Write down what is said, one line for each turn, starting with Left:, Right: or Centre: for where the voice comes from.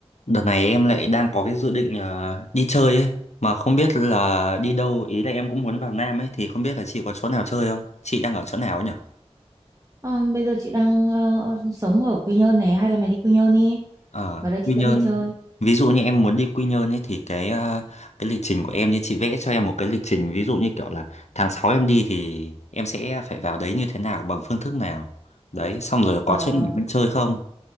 Left: Đợt này em lại đang có cái dự định ờ, đi chơi ấy mà không biết là đi đâu ý là em cũng muốn vào Nam ấy thì không biết là chị có chỗ nào chơi không? Chị đang ở chỗ nào ấy nhỉ?
Right: Ờ, bây giờ chị đang ờ, sống ở Quy Nhơn này hay là mày đi Quy Nhơn đi
Left: Ờ,
Right: vào đây
Left: Quy
Right: chị
Left: Nhơn.
Right: dẫn đi chơi
Left: Ví dụ như em muốn đi Quy Nhơn ấy thì cái ờ, cái lịch trình của em như chị vẽ cho em một cái lịch trình ví dụ như kiểu là tháng 6 em đi thì em sẽ phải vào đấy như thế nào bằng phương thức nào. Đấy, xong rồi
Right: Ờ,
Left: có chỗ nào mình chơi không?